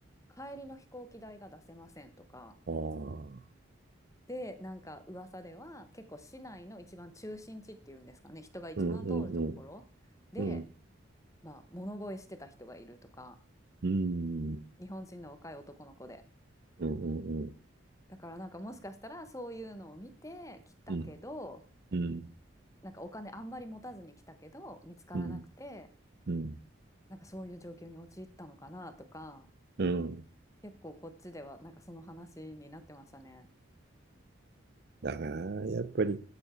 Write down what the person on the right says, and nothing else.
ああ、うん
うんうん、うん、
うん、
うん、うん、
うん、うん、
うん、うん、
うん。
だから、やっぱり、